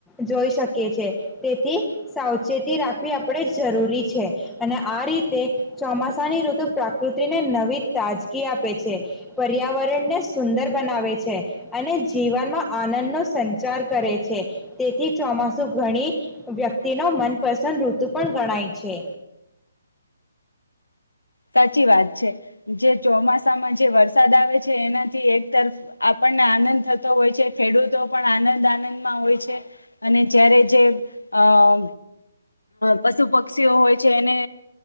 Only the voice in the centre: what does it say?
જોઈ શકીએ છે તેથી સાવચેતી રાખવી આપણે જરૂરી છે, અને આ રીતે ચોમાસાની ઋતુ પ્રાકૃત પત્રીને નવી તાજગી આપે છે. પર્યાવરણ ને સુંદર બનાવે છે અને જીવનમાં આનંદનો સંચાર કરે છે, તેથી ચોમાસુ ઘણી, વ્યક્તિનો મનપસંદ ઋતુ પણ ગણાય છે.